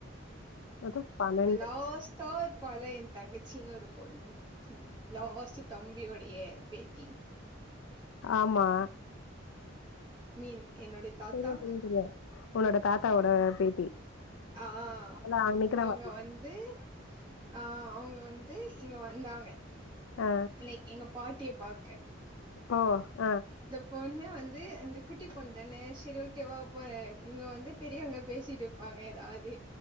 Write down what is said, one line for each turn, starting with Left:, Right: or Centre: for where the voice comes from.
Left: மொத்தோ பன்னெண்டு
Right: த லா ஸ்டார் ப்பால என் தங்கச்சின்னு ஒரு பொண்ணு லாஸ்ட் தம்பியோடைய பேத்தி
Left: ஆமா
Right: மீன் என்னுடைய தாத்தா
Left: தெரியு தெரியு தெரியு உன்னோட தாத்தாவோட பேத்தி
Right: ஆஹ்
Left: அவள அன்னைக்குதா
Right: அவங்க
Left: பாத்தே
Right: வந்து ஆஹ் அவங்க வந்து இங்க வந்தாங்க
Left: ஆ
Right: பிள்ளை எங்க பாட்டிய பாக்க
Left: ஓ ஆஹ்
Right: பொண்ணு வந்து அந்த குட்டி பொண்ணு தானே சரி ஓகேவாப்ப இங்க வந்து பெரியவங்க பேசிட்டு இருப்பாங்க ஏதாவது